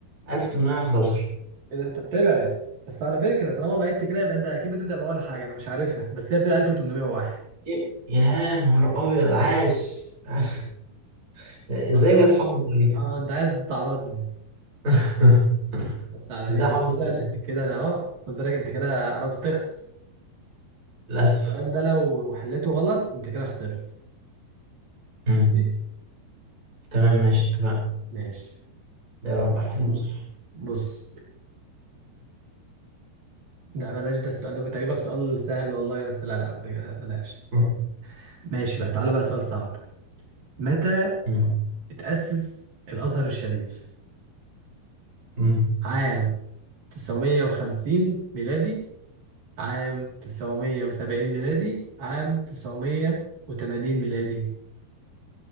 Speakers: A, on the right; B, on the right.
A: 1811
B: اذا انت بتبعد بس على فكرة طالما بعدت كده يبقى انت اكيد بتبدأ بأول حاجة انا مش عارفها بس هي بتبقى 1801
A: يا يا نهار أبيض عاش <laughs> إزاي
B: اه انت
A: بجد
B: عايز
A: حافظ التاريخ؟
B: اه انت عايز تستعبطني
A: <laughs>
B: بس على
A: إزاي
B: مين
A: حافظ
B: كده
A: التاريخ؟
B: لا، كده انا اهو خد بالك انت كده قربت تخسر
A: للأسف
B: السؤال ده لو حليته غلط انت كده خسرت
A: مم.
B: ماشي
A: تمام ماشي اتفقنا
B: ماشي
A: يا رب حلو صح
B: بص لا بلاش ده السؤال ده كنت هجيب لك سؤال سهل والله بس لا لا بج- بلاش
A: <laughs>
B: ماشي بقى تعالى بقى سؤال صعب متى
A: مم.
B: اتأسس الأزهر الشريف
A: مم.
B: عام 950 ميلادي عام 970 ميلادي عام 980 ميلادي